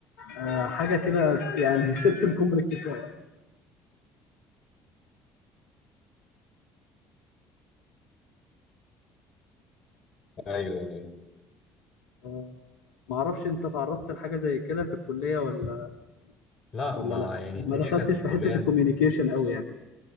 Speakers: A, on the left (about 70°); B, on the left (about 50°).
A: آه حاجه كده يعني <laughs> سيستم كومبلكس شويه
B: ايوه ايوه
A: آه ما اعرفش انت تعرضت لحاجه زي كده في الكليه ولا
B: لا
A: ولا
B: ما
A: لا
B: يعني الدنيا
A: ما دخلتش
B: كانت في الكليه
A: في حته الكوميونيكيشن قوي يعني